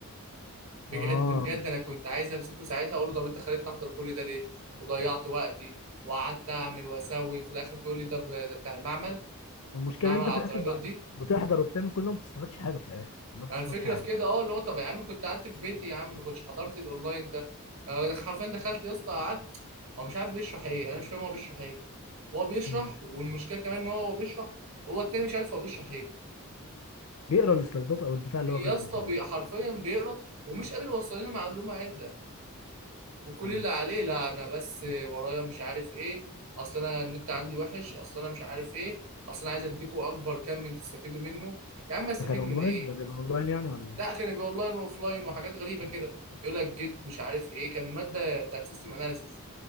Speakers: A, on the right; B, on the left.
A: بجد
B: اه
A: بجد انا كنت عايز امسكه ساعتها اقول له طب انت خليتني احضر كل ده ليه وضيعت وقتي وقعدت اعمل واسوي وفي الاخر تقول لي ده ب- ده بتاع المعمل
B: والمشكله
A: المعمل
B: ان انت
A: على
B: في الاخر
A: الدرجات
B: بعد
A: دي
B: بتحضر وبتعمل كل ده ما بتستفادش حاجه في الاخر ما
A: ما
B: بتستفادش
A: الفكره
B: حاجه
A: في كده اه اللي هو طب يا عم كنت قعدت في بيتي يا عم ما كنتش حضرت الاونلاين ده أنا دخ- حرفيا دخلت يا اسطى قعدت هو مش عارف بيشرح ايه انا مش فاهم هو بيشرح ايه هو بيشرح
B: امم
A: والمشكله كمان ان هو هو بيشرح هو التاني مش عارف هو بيشرح ايه
B: بيقرا السلايدات او البتاع اللي هو
A: يا
B: كاتبه
A: اسطى
B: وخلاص
A: بي- حرفيا بيقرا ومش قادر يوصل لنا معلومه عادله وكل
B: امم
A: اللي عليه لا انا بس ورايا مش عارف ايه اصل انا النت عندي وحش اصل انا مش عارف ايه اصل انا عايز اديكوا اكبر كم من تستفيدوا منه يا عم استفيد
B: ده كان اونلاين
A: من ايه
B: ده بيبقى اونلاين يعني ولا
A: لا كان يبقى اونلاين واوفلاين وحاجات غريبه كده يقول لك جيت مش عارف ايه كان ماده بتاعت سيستم اناليسيز